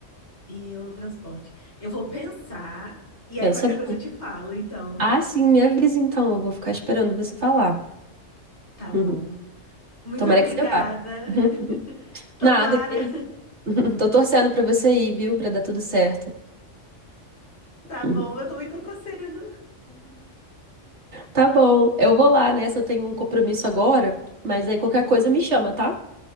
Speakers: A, on the left; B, on the right.
A: e o transporte. Eu vou pensar, e
B: Pensa
A: aí qualquer
B: bem.
A: coisa eu te falo, então.
B: Ah, sim, me avisa então, eu vou ficar esperando você falar.
A: Tá bom.
B: Uhum.
A: Muito
B: Tomara
A: obrigada.
B: que você vá. <laughs>
A: Tomara.
B: Nada, que isso. <laughs> Tô torcendo pra você ir, viu? Pra dar tudo certo.
A: Tá
B: Uhum.
A: bom, eu também tô torcendo.
B: Tá bom. Eu vou lá, né? Se eu tenho um compromisso agora, mas aí qualquer
A: Uhum.
B: coisa me chama, tá?